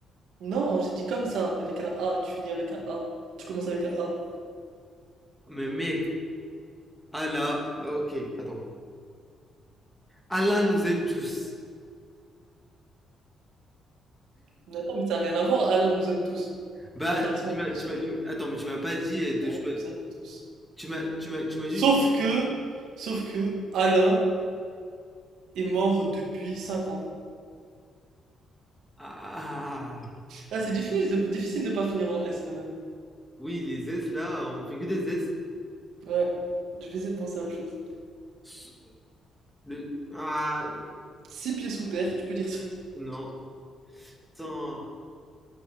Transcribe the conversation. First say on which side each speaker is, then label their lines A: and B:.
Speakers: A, on the right; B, in the centre.
A: Non, j'ai dit comme ça, avec un A, tu finis avec un A, tu commences avec un A.
B: Mais mec, Allah. Ok, attends. Allah nous aime tous.
A: Mais attends, mais ça n'a rien à voir, Alain nous aime tous.
B: Bah,
A: Attends, laisse-moi
B: tu m'as,
A: réfléchir.
B: tu m'as, tu- attends, mais tu m'as pas dit euh, de
A: On
B: choix.
A: vous aime tous.
B: Tu m'as, tu m'as, tu m'as juste.
A: Sauf que, sauf que, Alain est mort depuis 5 ans.
B: Ah, ah, ah, ah.
A: Ah, c'est difficile de, difficile de pas finir en S quand même.
B: Oui, les S là, on fait que des S.
A: Ouais, je vais essayer de penser à autre chose.
B: S- Le... Ah,
A: Six pieds sous terre, tu peux dire ça.
B: non. Son...